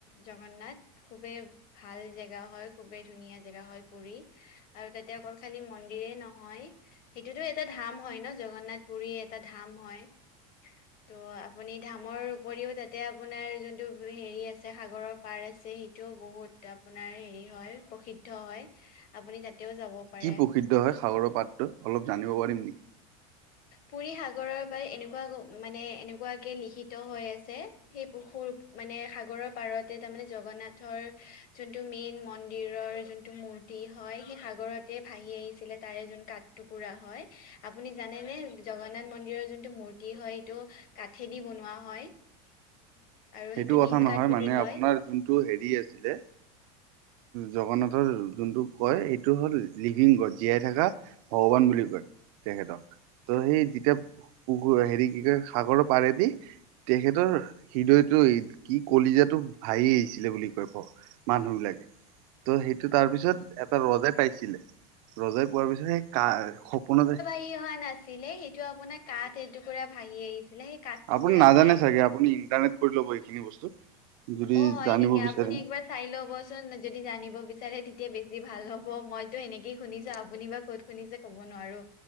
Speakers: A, on the left; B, on the right.
A: জগন্নাথ খুবেই ভাল জেগা হয় খুবেই ধুনীয়া জেগা হয় পুৰী আৰু তাত তে অকল খালি মন্দিৰে নহয় সেইটোতো এটা ধাম হয় ন জগন্নাথ পুৰী এটা ধাম হয় ত' আপুনি ধামৰ উপৰিও তাতে আপোনাৰ যোনটো হেৰি আছে সাগৰৰ পাৰ আছে সেইটোও বহুত আপোনাৰ হেৰি হয় প্ৰসিদ্ধ হয় আপুনি তাতেও যাব পাৰে
B: কি প্ৰসিদ্ধ হয় সাগৰৰ পাৰটো অলপ জানিব পাৰিম নি?
A: পুৰী সাগৰৰ পাৰ এনেকুৱা মানে এনেকুৱাকে লিখিত হৈ আছে সেই পশুৰ মানে সাগৰৰ পাৰতে তাৰমানে জগন্নাথৰ যোনটো মেইন মন্দিৰৰ যোন টো মূৰ্তি হয় সেই সাগৰতে ভাহি আহিছিলে তাৰে যোন কাঠ টুকুৰা হয় আপুনি জান যানে নে জগন্নাথ মন্দিৰৰ যোনটো মূৰ্তি হয় এইটো কাঠেদি বনোৱা হয় <unintelligible>
B: সেইটো কথা
A: নিম
B: নহয়
A: কাঠ বুলি
B: মানে
A: কয়
B: আপোনাৰ যোন টো হেৰি আছিলে জগন্নাথৰ যোনটো কয় এইটো হ'ল লিভিং গড জীয়াই থাকা ভগৱান বুলি কয় তেখেতক ত সেই যেতিয়া পুহো হেৰি কি কয় সাগৰ পাৰেদি তেখেতৰ হৃদয়ত কি কলিজাটো ভাহি আহিছিলে বুলি কয় ক মানুহ বিলাকে ত' সেইটো তাৰ পিছত এটা ৰজাই পাইছিলে ৰজাই পোৱাৰ পিছতহে কাৰ সপোনতে
A: উটি অহা নাছিলে সেইটো আপোনাৰ কাঠ এটুকুৰা ভাাহি আহিছিলে সেই কাঠ টুকুৰাকে
B: আপুনি নাজানে চাগে আপুনি ইণ্টাৰনেট কৰি ল'ব এইখিনি বস্তু যদি
A: অ হয়
B: জানিব
A: নেকি
B: বিচাৰে
A: আপুনি একবাৰ চাই লবচোন যদি জানিব বিচাৰে তেতিয়া বেছি ভাল হ'ব মইতো এনেকেই শুনিছো আপুনি বা ক'ত শুনিছে ক'ব নোৱাৰো।